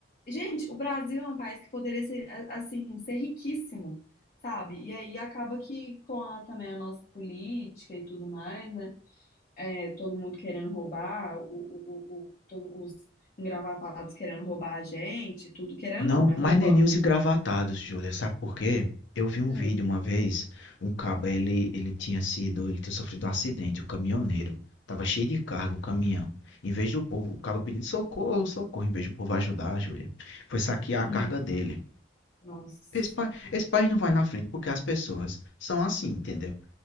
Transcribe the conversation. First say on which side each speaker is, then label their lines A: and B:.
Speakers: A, on the left; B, on the left.
A: Gente, o Brasil é um país que poderia ser, a- assim, ser riquíssimo, sabe? E aí acaba que com a, também a nossa política e tudo mais, né? É, todo mundo querendo roubar, o, o, o, o- todo- os engravatados querendo roubar a gente, tudo querendo
B: Não,
A: não, né? Roubando.
B: mas nem nem os engravatados, Júlia, sabe por quê? Eu vi um
A: Hum,
B: vídeo uma vez, um cabo, ele, ele tinha sido, ele tinha sofrido um acidente, um caminhoneiro, tava cheio de carga o caminhão. Em vez do povo, o cabo pedindo socorro, socorro, em vez do povo ajudar, Júlia, foi saquear
A: hum,
B: a carga dele.
A: nossa.
B: Esse, pa- esse país não vai na frente porque as pessoas são assim, entendeu?